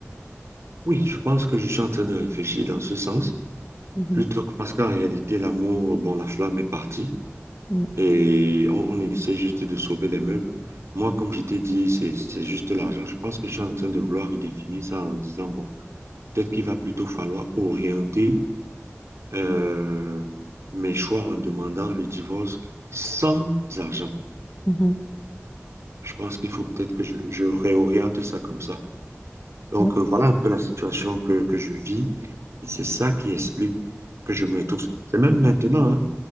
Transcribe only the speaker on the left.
Mhm,
mhm,
mhm,
ouais,